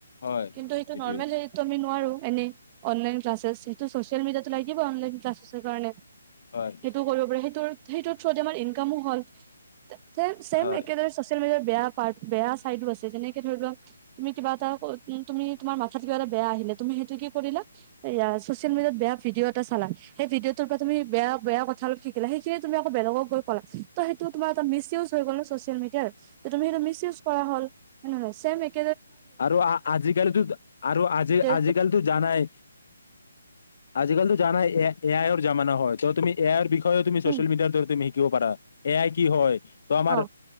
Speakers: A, on the left (about 55°); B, on the right (about 25°).
A: হয়
B: কিন্তু সেটো
A: এইটোৱে
B: নৰ্মেল হেৰিটো আমি নোৱাৰো। এ। অনলাইন ক্লাচেছ, সেইটো ছ'চিয়েল মিডিয়াটো লাগিব অনলাইন ক্লাচেছৰ কাৰণে।
A: হয়
B: সেইটো কৰিব পাৰি সেইটো সেইটোৰ থ্ৰদি আমাৰ ইনকামো হ'ল। চে চেম
A: হয়
B: একেদৰে চচিয়েল মেদিয়া। বেয়া পাৰ্ট বেয়া চাইডো আছে, যেনেকে ধৰি লোৱা। তুমি কিবা এটা তুমি তোমাৰ মাথাত কিবা এটা বেয়া আহিলে, তুমি সেইটো কি কৰিলা এইয়া ছচিয়েল মিডিয়াত বেয়া ভিডিঅ এটা চালা। সেই ভিডিঅ'টোৰ পৰা তুমি বেয়া বেয়া কথা অলপ শিকিলা। সেইখিনিয়ে তুমি আকৌ বেলেগক গৈ কলা, ত সেইটো তোমাৰ এটা মিছ ইউজ হৈ গ'ল ন ছ'চিয়েল মিডিয়াৰ। তুমি সেইটো মিছ ইউজ কৰা হল। হয় নহয়? ছেম একে।
A: আ আ আজিকালিটো ত। আৰু আজি
B: যে
A: আজিকালিটো জানাই। আজিকালিতো জানাই, এ আই ৰ জামানা হয়। ত' তুমি এ ৰ বিষ। তই তুমি চচিয়েল
B: উম
A: মেদিয়াৰ দৰে তুমি। শিকিব পাৰ, এ আই কি হয়? ত আমাৰ
B: অ